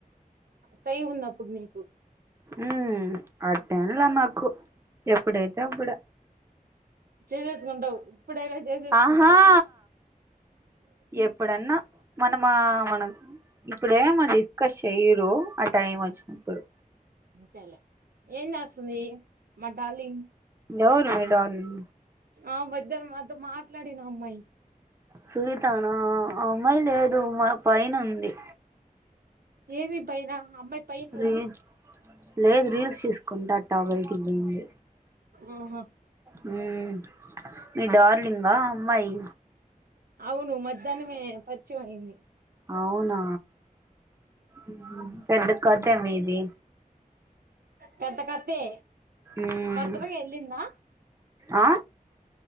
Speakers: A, on the right; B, on the right.
A: టైం ఉంది అప్పుడు మీకు
B: ఊ అది తినలా నాకు ఎప్పుడైతే అప్పుడు
A: చేసేసుకుంటావు ఎప్పుడైనా చేసేసుకుంటావు.
B: ఆహా ఎప్పుడన్నా మనమా మనం ఇప్పుడేమ డిస్కస్ చెయ్యరు టైం వచ్చినప్పుడు
A: తేలే ఏం చేస్తుంది మా డార్లింగ్
B: ఎవరు మీ డార్లింగ్
A: ఆ మధ్యనం మాతో మాట్లాడిన అమ్మాయి.
B: సునీతనా ఆ అమ్మాయి లేదు మా పైన ఉంది.
A: ఏమి పైనా అమ్మాయి పైన రూమా
B: రీల్ లేదు రీల్స్ చూసుకుంటా అట్ట బైటికి పోయింది.
A: ఓహా
B: మ్మూ మీ డార్లింగా అమ్మాయి
A: అవును మధ్యానమే పరిచయం అయింది.
B: అవునా మ్మ్ హు పెద్ద కాథే మీది
A: పెద్ద కథే
B: మ్మ్
A: బాత్తుమ్మ వెళ్లిందా
B: ఆ